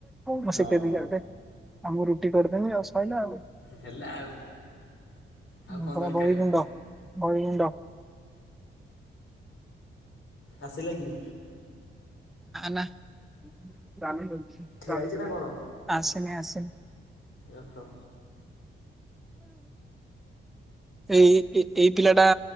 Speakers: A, in the centre; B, on the left.
A: ମୁଁ
B: ହଁ
A: ଶିଖେଇ ଦେମୀ ପା ତତେ ଆଉ ମୁଁ ରୁଟି କରିଦେମି ଆଉ ସଇଲା ଆଉ।
B: ହେଲା ଆଉ ଆଉ
A: ନବମ
B: କଣ ଦରକାର
A: ବହି ଗୁଣ୍ଡ ବହି ଗୁଣ୍ଡ।
B: ଆସିଲା କି।
A: ନା ନା
B: ଠିଆ ହେଇଛି ନା କଣ?
A: ଆସିନି ଆସନି।
B: ଓହୋ।
A: ଏଇ ଏ-ଏ-ଏଇ ପିଲା ଟା